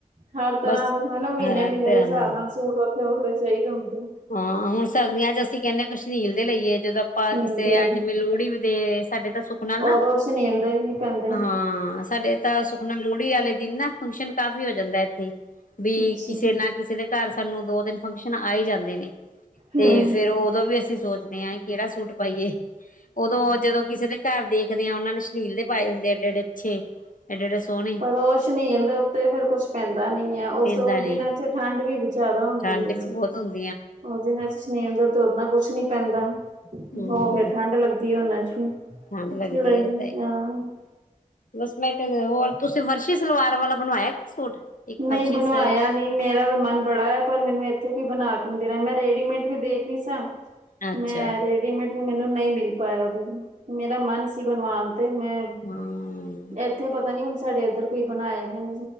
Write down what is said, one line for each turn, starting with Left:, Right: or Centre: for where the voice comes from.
Right: ਹਰ ਤਰ੍ਹਾਂ
Left: ਬਸ
Right: ਦੇ ਸਮਝ ਲਓ ਮਹੀਨੇ-
Left: ਹਰਾ
Right: ਮਹੀਨੇ
Left: ਤੇਰਾ
Right: ਦੇ ਹਿਸਾਬ
Left: ਨਾ
Right: ਨਾਲ। ਸੂਟ ਵੱਖਰੇ-ਵੱਖਰੇ ਚਾਹੀਦੇ ਹੁੰਦੇ ਨੇ।
Left: ਹਾਂ ਹੁਣ ਸਰਦੀਆਂ ਚ ਅਸੀਂ ਕਹਿੰਦੇ ਹਾਂ <unintelligible> ਸ਼ਨੀਲ ਦੇ ਲਈਏ ਜਦੋਂ ਆਪਾਂ
Right: ਸੁਨੀਲ
Left: ਕਿਸੇ
Right: ਦੇ
Left: ਅੱ ਜਿਵੇਂ ਲੋਹੜੀ।। ਦੇ ਸਾਡੇ ਤਾਂ ਸੁੱਖ ਨਾਲ ਨਾ
Right: ਉਦੋਂ ਸੁਨੀਲ ਦੇ ਵੀ ਨੀ ਪੈਂਦੇ।
Left: ਹਾਂ ਸਾਡੇ ਤਾਂ ਸੁੱਖ। ਹੁਨ ਲੋਹੜੀ ਆਲੇ ਦਿਨ ਨਾ ਫੰਕਸ਼ਨ ਕਾਫ਼ੀ ਹੋ ਜਾਂਦਾ ਇੱਥੇ ਵੀ
Right: ਅੱਛਾ
Left: ਕਿਸੇ ਨਾ ਕਿਸੇ ਦੇ ਘਰ ਸਾਨੂੰ ਦੋ ਤਿੰਨ ਫੰਕਸ਼ਨ ਆ ਹੀ ਜਾਂਦੇ ਨੇ
Right: ਹੂੰ
Left: ਤੇ ਫੇਰ ਉਦੋਂ ਵੀ ਅਸੀਂ ਸੋਚਨੇ ਆ ਕਿਹੜਾ ਸੂਟ ਪਾਈਏ ਉਦੋਂ ਜਦੋਂ ਕਿਸੇ ਦੇ। ਘਰ ਦੇਖਦੇ ਆ ਉਹਨਾਂ ਨੇ ਸ਼ਨੀਲ ਦੇ ਪਾਏ ਹੁੰਦੇ ਏਡੇ ਏਡੇ ਅੱਛੇ ਏਡੇ ਏਡੇ ਸੋਹਣੇ।
Right: ਪਰ ਉਹ ਸ਼ਨੀਲ ਦੇ ਉੱਤੇ ਫੇਰ ਕੁਛ ਪੈਂਦਾ ਨੀ ਏ ਉਸ
Left: ਪੀਂਦਾ
Right: ਉਸ
Left: ਨੀ
Right: ਦਿਨਾਂ ਚ ਠੰਢ ਵੀ ਜ਼ਿਆਦਾ ਹੁੰਦੀ
Left: ਠੰਡ
Right: ਹੈ।
Left: ਬਹੁਤ ਹੁੰਦ। <unintelligible>
Right: ਉਹ ਜ ਮੈਂ ਸੁ ਸੁਨੀਲ ਦਾ <unintelligible> ਓਦਾ ਕੁਛ ਨੀ ਪੈਂਦਾ
Left: ਹਮ
Right: ਹੋ ਫੇਰ ਠੰਢ ਲੱਗਦੀ ਹੈ'ਉਹਨਾਂ ਚ
Left: ਠੰਢ ਲੱਗਦੀ
Right: ਨਹੀਂ
Left: ਹੈ ਤਾਂ
Right: ਯਾਰ। <unintelligible>
Left: ਬਸ ਮੈਂ ਕਿਆ ਹੋਰ ਤੁਸੀਂ ਫਰਸ਼ੀ ਸਲਵਾਰ ਵਾਲਾ ਬਣਵਾਇਆ ਸੂਟ। ਇੱਕ ਫਰਸ਼ੀ
Right: ਨਹੀਂ ਬਨਵਾਇਆ
Left: ਸ
Right: ਨਹੀਂ। ਮੇਰਾ ਵੀ ਮਨ ਬੜਾ ਹੈ। ਪਰ ਮੈਨੂੰ ਇੱਥੇ ਕੋਈ ਬਨਾ ਕੇ ਨੀ ਦੇ ਰਿਹਾ ਮੈਂ ਰੇਡੀਮੇਟ ਵੀ ਦੇਖ ਰੀ ਸਾਂ।
Left: ਅੱਛਾ
Right: ਮੈਂ ਰੇਡੀਮੇਡ ਵੀ ਮੈਨੂੰ ਨਹੀਂ ਮਿਲ ਪਾਇਆ ਉਹਦੇ ਚ ਮੇਰਾ ਮਨ ਸੀ ਬਨਵਾਨ ਤੇ ਮੈਂ
Left: ਹਮ
Right: ਇੱਥੇ ਪਤਾ ਨੀ ਹੁਨ ਸਾਡੇ ਇੱਧਰ ਕੋਈ ਬਨਾਏ ਗਏ ਨਹੀਂ।